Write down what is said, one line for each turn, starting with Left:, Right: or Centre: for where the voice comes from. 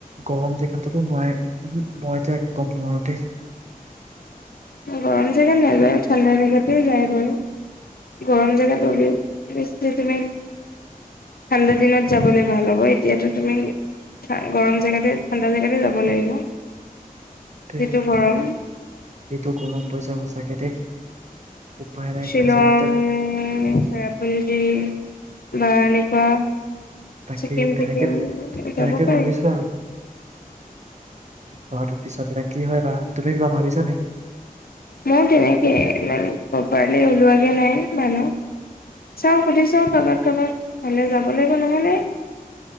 Right: গৰম জেকেত কোনো নোৱাৰে মই যে একদম নোৱাৰো দেই
Left: গৰম জেগাত নাযায় ঠাণ্ডা জেগাতে যায় বাৰু গৰম জেগাত অবিও তুমি ঠাণ্ডা দিনত যাবলৈ ভাল হ'ব এতিয়াতো তুমি গৰম জেগাতে ঠাণ্ডা জেগাতে যাব লাগিব।
Right: দেই
Left: যিটো গৰম
Right: এইটো গৰম পৰিছে সঁচাকে দেই। উপায় নাইকিয়া
Left: শিলং
Right: হৈছে গোটেই
Left: চেৰাপঞ্জী। বা এনেকুৱা
Right: তাকে
Left: ছিকিম
Right: তেনেকে
Left: চিকিম
Right: তেনেকে
Left: যাব পাৰি
Right: ভাবিছো জোৱাটোৰ পিছত এতিয়া কি হয় বা তুমি কিবা ভাবিছা নেকি
Left: মোৰ তেনেকে ই প্ৰপাৰলি ওলোৱাগে নাই মানুহ চাওঁ সুধি চা কাৰোবাক কাৰোবাক হলে যাব লাগিব নহলে